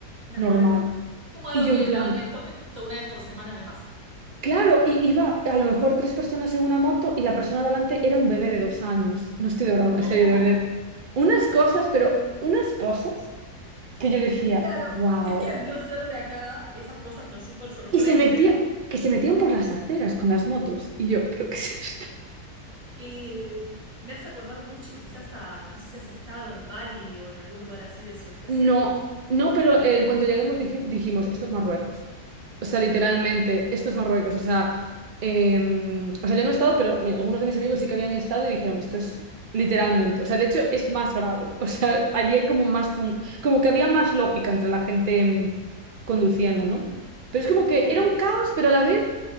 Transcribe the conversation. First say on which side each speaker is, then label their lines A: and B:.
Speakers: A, on the right; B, on the right.
A: Natural.
B: normal.
A: Como algo
B: Y yo
A: que
B: en plan...
A: lo, esto, esto una vez por semana me pasa.
B: Claro, y iba a lo mejor tres personas en una moto y la persona de adelante era un bebé de dos años. No estoy de broma,
A: No,
B: en serio, de verdad. Unas cosas, pero unas cosas que yo decía,
A: claro,
B: wow.
A: es que al no ser de acá, esas cosas nos súper sorprenden.
B: Y se metía, que se metían por las aceras con las motos. Y yo, ¿pero qué es esto?
A: Eh, me hace acordar mucho quizás a, no sé si has estado en Bali o en algún lugar así del sudeste
B: No,
A: asiático. <laughs>
B: no, pero eh, en cuanto lleguemos dij- dijimos, esto es Marruecos. O sea, literalmente, esto es Marruecos. O sea, eh, o sea, yo no he estado, pero mira, algunos de mis amigos sí que habían estado y dijeron, esto es literalmente. O sea, de hecho, es más grave. O sea, allí hay como más, con- como que había más lógica entre la gente mm, conduciendo, ¿no? Pero es como
A: Claro.
B: que era un caos, pero a la vez